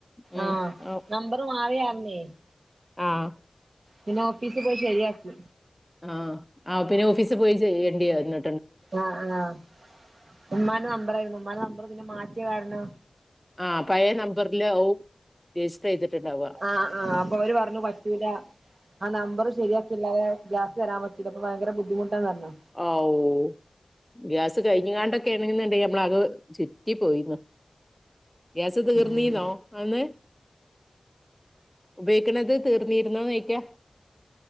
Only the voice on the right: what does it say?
ആഹ്
നമ്പർ മാറിയാര്ന്നേ
പിന്നെ ഓഫീസിപോയി ശരിയാക്കി
ആഹ് ആഹ് ഉമ്മാന്റെ നമ്പർ ആയിരുന്നു ഉമ്മാര നമ്പർ പിന്നെ മാറ്റിയ കാരണം
ആഹ് ആ അപ്പൊ അവര് പറഞ്ഞു പറ്റൂല ആ നമ്പറ് ശരിയാക്കില്ലാതെ യാ വരാൻ പറ്റില്ല അപ്പ ഭയങ്കര ബുദ്ധിമുട്ടാന്ന് പറഞ്ഞ്
ഉം